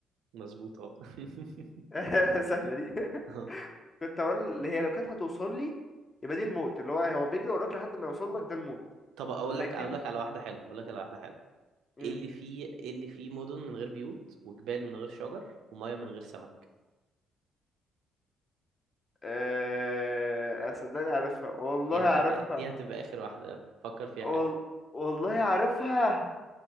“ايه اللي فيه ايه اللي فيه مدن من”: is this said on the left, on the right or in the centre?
Right